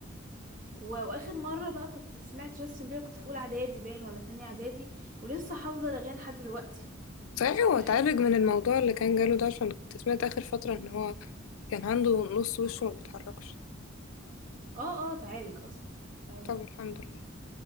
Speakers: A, on the right; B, on the left.
A: و- واخر مره بقى كنت سمعت جاستن بيبر كنت في اولى اعدادي باين ولا تانية اعدادي ولسه حافظه الاغاني لحد دلوقتي
B: صحيح هو
A: دي
B: اتعالج
A: حاجه
B: من الموضوع اللي كان جاله ده عشان كنت سمعت آخر فترة إن هو كان عنده نص وشه ما بيتحركش
A: اه اه تعالج اصلا تعالج
B: طب الحمد لله